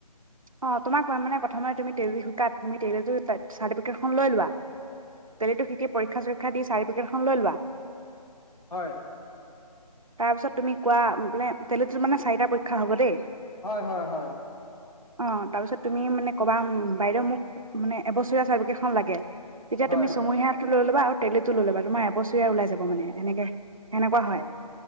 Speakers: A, on the right; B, on the left.
A: অহ তোমাক মানে প্ৰথমে তুমি তেলি শিকাত তুমি তেলিটো চাৰ্টিফিকেটখন লৈ লোৱা। তেলিটো শিকি পৰীক্ষা চৰীক্ষা দি চাৰটিফিকেটখন লৈ লোৱা।
B: হয়।
A: তাৰপিছত তুমি কোৱা বোলে তেলিটোৰ মানে চাৰিটা পৰীক্ষা হ'ব দেই
B: হয়, হয়, হয়।
A: অ', তাৰপিছত তুমি মানে ক'বা বাইদেউ মোক মানে এবছৰীয়া চাৰ্টিফিকেট খন লাগে। এতিয়া
B: হয়
A: তুমি চমহীয়াতটো লৈ ল'বা আৰু তেললেটো লৈ ল'তোমাৰ এবছৰীয়া ওলাই যাব মানে এনেকে। সেনেকুৱা
B: অ
A: হয়